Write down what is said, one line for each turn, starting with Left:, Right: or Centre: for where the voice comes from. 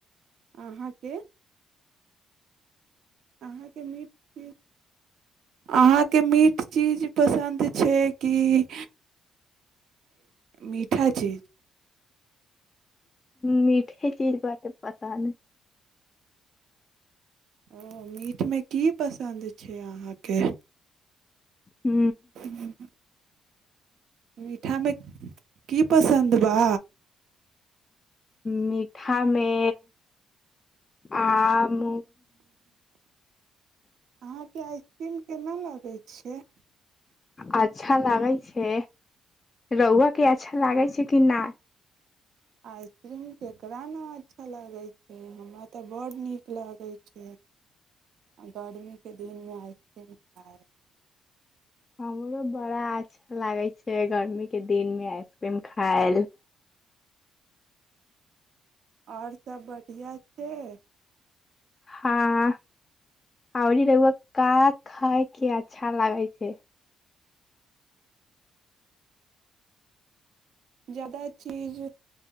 Right: अहाँके अहाँके मीट अहाँके मीठ चीज पसन्द छै कि मीठा चीज
Left: मीठे चीज ब पसन्द
Right: ओ मीठ मे की पसन्द छै छै अहाँके
Left: ह
Right: ह्म मीठामे की पसन्द बा
Left: मीठामे आम
Right: अहा के आइसक्रीम केना लागे छै छैे
Left: अच्छा लागै छै रहुआके अच्छा लागै छै कि नहि
Right: आइसक्रीम ककरा ने अच्छा लगै छै हमरा तऽ बड नीक लागै छै गरमीके दिनमे आइसक्रीम खाइ
Left: हमरो बड़ा अच्छा लागै छै गर्मीके दिनमे आइसक्रीम खायल
Right: आओर सभ बढ़िआँ छै
Left: हँ आरी लगग का खायके अच्छा लागै छै
Right: जादा चीज